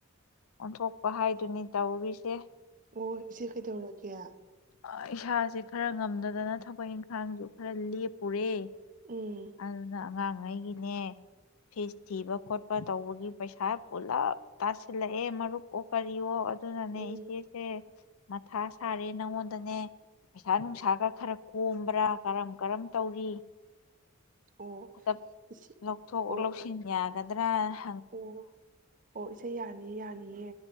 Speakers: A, on the left (about 80°); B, on the right (about 40°).
A: ꯑꯣꯟꯊꯣꯛꯄ ꯍꯥꯏꯗꯨꯅꯤ ꯇꯧꯔꯤꯁꯦ
B: ꯑꯣ ꯏꯆꯦ ꯀꯩꯗꯧꯔꯒꯦ
A: ꯑ ꯏꯁꯥꯖꯦ ꯈꯔ ꯉꯝꯗꯗꯅ ꯊꯕꯛ ꯏꯟꯈꯥꯡꯖꯨ ꯈꯔ ꯂꯦꯞꯄꯨꯔꯦ
B: ꯎꯝ
A: ꯑꯗꯨꯗ ꯑꯉꯥꯡꯉꯩꯒꯤꯅꯦ ꯐꯤꯁ ꯊꯤꯕ ꯈꯣꯠꯄ ꯇꯧꯕꯒꯤ ꯄꯩꯁꯥ ꯄꯨꯂꯞ ꯇꯁꯤꯜꯂꯛꯑꯦ ꯃꯔꯨꯞꯑꯣ ꯀꯔꯤꯑꯣ ꯑꯗꯨ ꯑꯗꯨꯅꯅꯦ
B: ꯎꯝ
A: ꯏꯆꯦꯁꯦ ꯃꯊꯥ ꯁꯥꯔꯦ ꯅꯪꯉꯣꯟꯗꯅꯦ ꯄꯩꯁꯥ ꯅꯨꯡꯁꯥꯒ ꯈꯔ ꯀꯣꯝꯕ꯭ꯔꯥ ꯀꯔꯝ ꯀꯔꯝ ꯇꯧꯔꯤ
B: ꯑꯣ
A: ꯈꯠꯇ
B: ꯏꯆꯦ
A: ꯂꯧꯊꯣꯛ
B: ꯑꯣ
A: ꯂꯧꯁꯤꯟ ꯌꯥ ꯅꯗ꯭ꯔꯥꯅ <unintelligible>
B: ꯑꯣ ꯑꯣ ꯏꯆꯦ ꯌꯥꯅꯤ ꯌꯥꯅꯤꯌꯦ